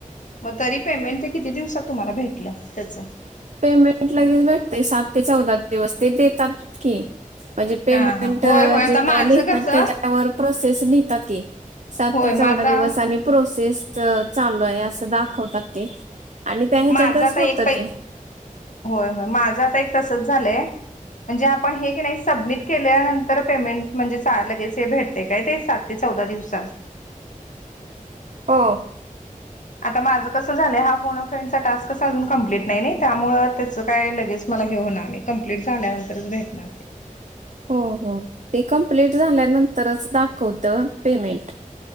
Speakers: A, on the left (about 65°); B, on the right (about 60°).
A: मग तरी पेमेंट ते किती दिवसात तुम्हाला भेटलं त्याच
B: पेमेंट लगेच भेटतेय सात ते चौदा दिवस ते देतात की म्हणजे पेमेंट
A: हा हा होय होय आता
B: जेवली
A: माझं कसं
B: तर त्याच्यावर प्रोसेस लिहता ती सात
A: होय
B: ते चौदा
A: मग
B: दिवस
A: आता
B: आणि प्रोसेस चालू आहे असं दाखवतात ते आणि त्या ह्याच्यातच
A: माझा आता
B: होत
A: एक
B: ते.
A: पै होय होय माझं आता एक तसच झालंय म्हणजे आपण हे की नाही. सबमिट केल्यानंतर पेमेंट म्हणजे लगेच हे भेटते काय ते सात ते चौदा दिवसात.
B: हो
A: आता माझं कसं झालंय हा पूर्ण फ्रेंडचा टास्कच अजून कं्प्लीट नाही त्यामुळं त्याचं काय लगेच मला हे होणार नाही कंप्लीट झाल्यानंतरच भेटणार ते
B: हो हो ते कंप्लीट झाल्यानंतरच दाखवत पेमेंट